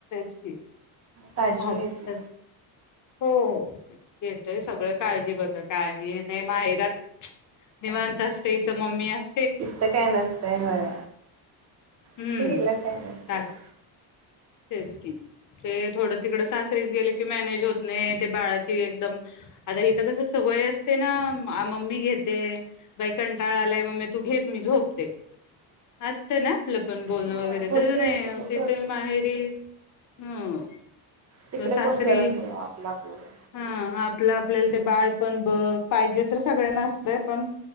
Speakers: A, on the left (about 40°); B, on the right (about 35°).
A: तेच की
B: काळजी
A: राहत
B: घ्यायची.
A: हो, ते सगळं काळजी बघ काळजी नाही माहेरात निवांत असते. इथ मम्मी अस
B: तिथं काय नसतंय होय.
A: हम्म
B: तिथं गेल्यावर काय नाही
A: का
B: सोडा.
A: तेच की, ते थोडं तिकड सासरीच गेले की मॅनेज होत नाही. ते बाळाची एकदम आता इथं कस सवय असते ना मम्मी घेते. बाई कंटाळा आलाय मम्मे तू घे मी झोपते असत ना? आपलं पण बोलणं
B: हो
A: वगैरे
B: होते
A: तसं नाही
B: होते तसं
A: तिथे
B: होत
A: माह हम्म.
B: तिकडे
A: सासरी
B: कोण करत नाही आपलं आपल्याला
A: हा आपलं आपल्याला ते बाळ पण बग पाहिजे तर सगळ्यांना असतंय, पण